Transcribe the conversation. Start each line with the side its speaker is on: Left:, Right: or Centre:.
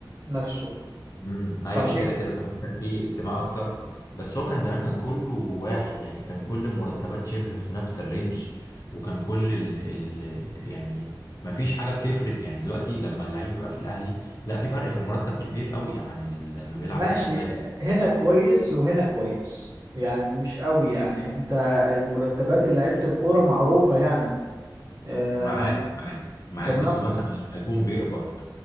Right: نفسه
Left: امم ايوه
Right: فعشان
Left: كده كده زمان كان في انتماء اكتر بس هو كان زمان كان كله واحد يعني كان كل المرتبات شبه في نفس الرينج وكان كل ال ال يعني ما فيش حاجه بتفرق يعني دلوقتي لما اللعيب بيبقى في الاهلي لا في فرق في المرتب كبير قوي عن ال- لما بيلعب
Right: ماشي
Left: في الزمالك
Right: هنا كويس وهنا كويس يعني مش قوي يعني انت المرتبات اللي لعيبة الكورة معروفة يعني آه
Left: معاك معاك معاك
Right: تمام
Left: بس مثلا لما يكون بيقبض